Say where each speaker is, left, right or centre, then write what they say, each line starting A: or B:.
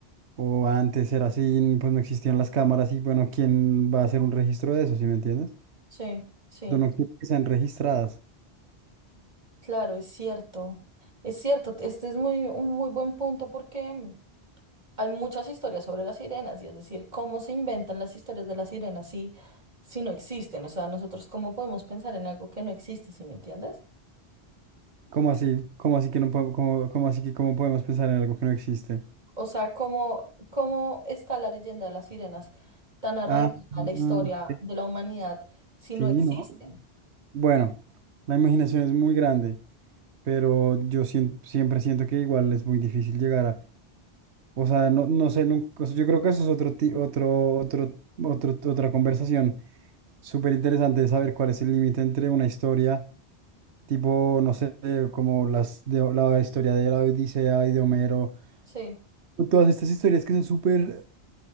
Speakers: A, on the right; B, on the right.
A: o antes era así, pues no existían las cámaras y bueno, ¿quién va a hacer un registro de eso, si me entiendes?
B: sí, sí,
A: Yo no quiero que sean registradas.
B: claro, es cierto, es cierto, este es muy, un muy buen punto porque hay muchas historias sobre las sirenas, y es decir, cómo se inventan las historias de las sirenas si, si no existen. O sea, nosotros cómo podemos pensar en algo que no existe, ¿sí me entiendes?
A: ¿Cómo así? ¿Cómo así que no podemos, cómo, cómo así que cómo podemos pensar en algo que no existe?
B: O sea, cómo, cómo está la leyenda de las sirenas tan arraigada
A: Ah, ah,
B: a la historia
A: ok,
B: de la humanidad si
A: sí,
B: no existen.
A: ¿no? Bueno, la imaginación es muy grande pero yo sien- siempre siento que igual es muy difícil llegar a, O sea, no, no sé, nunca, o sea, yo creo que eso es otro, ti- otro, otro, otro, otra conversación súper interesante de saber cuál es el límite entre una historia, tipo, no sé, como las de la historia de la Odisea y de Homero,
B: Sí,
A: o todas estas historias que son súper,